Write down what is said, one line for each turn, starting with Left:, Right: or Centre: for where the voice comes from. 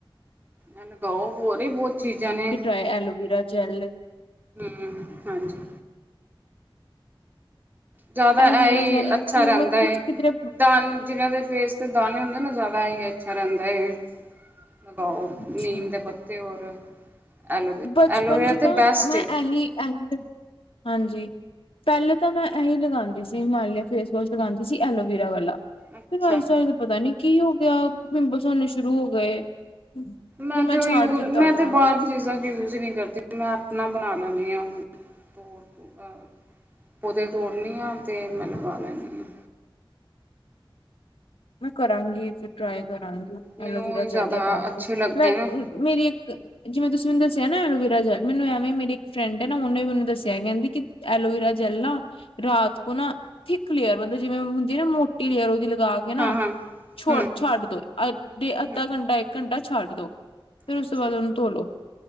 Right: ਐ ਲਗਾਓ ਹੋਰ ਹੀ ਬਹੁਤ ਚੀਜ਼ਾਂ ਨੇ
Left: ਵੀ ਟਰਾਏ ਐਲੋਵਰਾ ਜੈਲ
Right: ਹਮ ਹਾਂਜੀ ਜ਼ਿਆਦਾ
Left: ਐਲੋਵਰਾ
Right: ਐਹੀ
Left: ਜੈਲ
Right: ਅੱਛਾ
Left: ਮੈਂ
Right: ਰਹਿੰਦਾ
Left: ਕੁਛ
Right: ਹੈ
Left: ਕਿਧਰੇ
Right: ਦਾਨ ਜਿਹਨਾਂ ਦੇ ਫੇਸ ਤੇ ਦਾਣੇੇ ਹੁੰਦੇ ਨਾ ਜ਼ਿਆਦਾ ਹੀ ਅੱਛਾ ਰਹਿੰਦਾ ਏ ਲਗਾਓ
Left: ਅੱਛਾ
Right: ਨੀਮ ਦੇ ਪੱਤੇ ਔਰ ਐਲੋਵੇਰਾ
Left: ਬਚਪਨ
Right: ਐਲੋਵੇਰਾ
Left: 'ਚ
Right: ਤੇ
Left: ਨਾ
Right: ਬੈਸਟ
Left: ਮੈਂ
Right: ਏ
Left: ਇਹੀ ਇਹੀ ਹਾਂਜੀ ਪਹਿਲੇ ਤਾਂ ਮੈਂ ਐਹੀ ਲਗਾਉਂਦੀ ਸੀ ਹਿਮਾਲਿਆ ਫੇਸ ਵੋਸ਼ ਲਗਾਉਂਦੀ ਸੀ ਐਲੋਵੀਰਾ ਵਾਲਾ
Right: ਅੱਛਾ
Left: ਫਿਰ ਰਾਜ ਸਾਏ ਦਾ ਪਤਾ ਨੀ ਕੀ ਹੋ ਗਿਆ ਪਿੰਪਲਸ ਆਉਣੇ ਸ਼ੁਰੂ ਹੋ ਗਏ ਫਿਰ
Right: ਮੈਂ ਤੇ
Left: ਛੱਡ
Right: ਯੂਜ
Left: ਦਿੱਤਾ
Right: ਮੈ
Left: ਆਪਣਾ
Right: ਤੇ ਬਾਹਰ-
Left: ਉਹ।
Right: ਚੀਜ਼ਾਂ ਯੂਜ ਹੀ ਨਹੀ ਕਰਦੀ ਮੈ ਆਪਣਾ ਬਣਾ ਲੈਂਦੀ ਹਾਂ ਤੋ ਤੋਂ- ਹਾਂ ਪੌਦੇ ਤੋੜਨੀ ਹਾਂ ਤੇ ਮੈ ਲਗਾ ਲੈਂਦੀ ਹਾਂ।
Left: ਮੈ ਕਰਾਂਗੀ ਫੇਰ ਟਰਾਈ ਕਰਾਂਗੀ
Right: ਮੈਨੂੰ
Left: ਐਲੋਵੀਰਾ
Right: ਉਹੀ ਜ਼ਿਆਦਾ
Left: ਜੈਲ ਲਗਾ ਕੇ
Right: ਅੱਛੇ ਲੱਗਦੇ
Left: ਮੈ ਇਕ
Right: ਨੇ
Left: ਮੇਰੀ ਇਕ- ਜਿਵੇਂ ਤੁਸੀ ਮੈਨੂੰ ਦਸਿਆ ਨਾ ਐਲੋਵੀਰਾ ਜਲ ਮੈਨੂੰ ਐਵੇਂ ਮੇਰੀ ਇਕ ਫਰੈਂਡ ਹੈ। ਉਹਨੇ ਮੈਨੂੰ ਦਸਿਆ ਕਹਿੰਦੀ ਕਿ- ਐਲੋਵੀਰਾ ਜੈਲ ਨਾ- ਰਾਤ ਕੋ ਨਾ ਥਿੱਕ ਲੇਅਰ ਮਤਲਬ ਜਿਵੇ ਹੁੰਦੀ ਨਾ ਮੋਟੀ ਲੇਅਰ ਉਹਦੀ ਲਗਾ ਕੇ- ਹੈਨਾ
Right: ਹਾਂ ਹਾਂ
Left: ਛੋ
Right: ਹਮ
Left: ਛੱਡ ਦੋ ਅੱਧਾ
Right: ਹਮ
Left: ਘੰਟਾ ਇਕ ਘੰਟਾ ਛੱਡ ਦੋ- ਫਿਰ ਉਸ
Right: ਅੱਛਾ
Left: ਤੋਂ ਬਾਅਦ ਉਹਨੂੰ ਧੋਲੋ